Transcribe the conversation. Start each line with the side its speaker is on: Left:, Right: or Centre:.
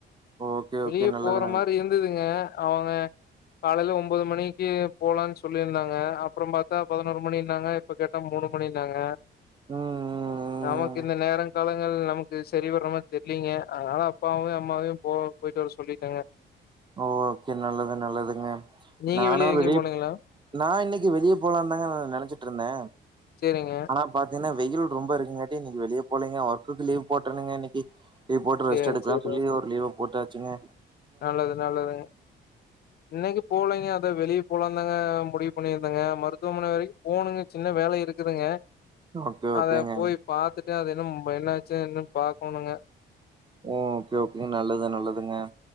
Right: ஓகே
Left: வெளிய
Right: ஓகே நல்லது
Left: போற
Right: நண்
Left: மாரி இருந்ததுங்க அவங்க காலையில ஒன்பது மணிக்கு போலான் சொல்லியிருந்தாங்க அப்புறோ பாத்தா பதினொரு மணின்னாங்க இப்ப கேட்டா மூனு மணின்னாங்க
Right: ம் ம்
Left: நமக்கு
Right: ம்
Left: இந்த நேர காலங்கள் நமக்கு சரி வரமார் தெர்லிங்க அதனால அப்பாவியு அம்மாவியு போ போயிட்டு வர சொல்லிட்டங்க
Right: ஓக்கே நல்லது நல்லதுங்க
Left: நீங்க
Right: நானு
Left: எங்கேயு
Right: வெளிய
Left: போலீங்களா
Right: நா இன்னிக் க்கி வெளிய போலானுதாங்கா நா நெனச்சிட்டு இருந்தே
Left: சேரிங்க
Right: ஆனா பாத்தீங்ன்னா வெயில் ரொம்ப இருகுங்கட்டி இன்னிக்கு வெளிய போலீங்க ஒர்க்கு லீவ் போடனுங்க இன்னிக்கு லிவு போடு
Left: சேரி
Right: ரெஸ்ட் எடுக்கலா
Left: சேரி
Right: சொல்லி ஒரு லீவ் போட்டா ச்சிங்க
Left: நல்லது நல்லதுங்க இன்னிக்கு போலைங்க த்து வெளிய போலாந்தாங்க முடிவு பணியிருந்தங்க மருத்துவமனை வரைகு போணுங்க சின்ன வேலை இருகுதுங்க
Right: ஓகே ஓகேங்க
Left: அத போய் பாத்துட்டு அத க்கு இப்ப என்னாச்சி இன்னு பாக்கணுங்க
Right: ஓ ஓகே ஓகேங் நல்லது நல்லதுங்க